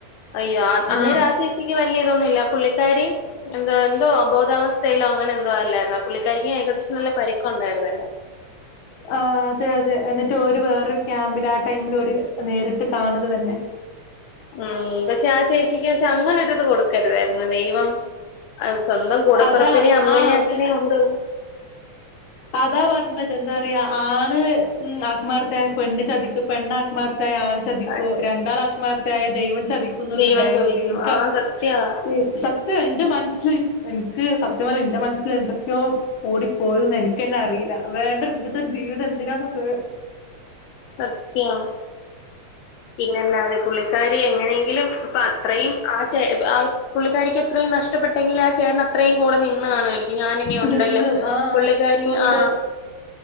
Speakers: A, on the left (about 80°); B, on the left (about 60°).
A: അയ്യോ അന്നേരാ
B: ആഹ്
A: ചേച്ചിക്ക് വലിയ ഇതൊന്നുമില്ല. പുള്ളി ക്കാരി എന്തോ എന്തോ അബോധാവസ്ഥയിലോ അങ്ങനെ എന്തോ അല്ലാരുന്നോ. പുള്ളിക്കാരിക്ക്‌ ഏകദേശം, നല്ല പരിക്കുണ്ടായിരുന്നല്ലോ.
B: ആ അതെ അതെ എന്നിട്ട് ഒരു വേറൊരു ക്യാമ്പിൽ ആ ടൈമില് ഒര് നേരിട്ട് കാണുന്നത് തന്നെ.
A: ഉം പക്ഷെ ആ ചേച്ചിക്ക് പക്ഷെ അങ്ങനൊരിത് കൊടുക്കരുതായിരുന്നു ദൈവം. സ്വന്തം കൂടപ്പറപ്പിനേം
B: അതാ
A: അമ്മേനേം
B: ആഹ്
A: അച്ഛനേം കൊണ്ട്,
B: അതാ പറഞ്ഞത്. എന്താ പറയാ ആണ് ആത്മാർത്ഥയ പെണ്ണ് ചതിക്കും. പെണ്ണ ആത്മാർത്ഥയായ ആണ്, ചതിക്കും.
A: ആ,
B: രണ്ടാള് ആത്മാർത്ഥയായ ദൈവം ചതിക്കും. എന്നുള്ളരു
A: ദൈവം
B: ഡയലോഗ്
A: ചോദിക്കും
B: എനിക്ക്പ്പ
A: ആ സത്യവാ
B: സത്യ എന്റെ മനസ്സില് എനിക്ക് സത്യം പറഞാ എന്റെ മനസ്സില് എന്തൊക്കെയോ ഓടിപ്പോയിന്ന എനിക്ക്. പിന്നെ അറിയില്ല. വേണ്ട ഒരു നിങ്ങത്തെ ഒരു ജീവിത എന്തിനാ നമുക്ക്.
A: സത്യം. പിന്നെല്ലാതെ പുള്ളിക്കാരി എങ്ങനെങ്കിലും ഇപ്പൊ അത്രയും, ആ ചേ ആ പുള്ളിക്കാരിക്ക് അത്രയും നഷ്ടപ്പെട്ടെങ്കിലും, ആ ചേട്ടൻ അത്രയും കൂടെ നിന്ന് കാണുവമായിരിക്കും. ഞാനിനി ഉണ്ടല്ലോ
B: ഇതെന്ന് ആഹ്
A: പുള്ളിക്കാരി
B: ഉണ്ട്
A: ആ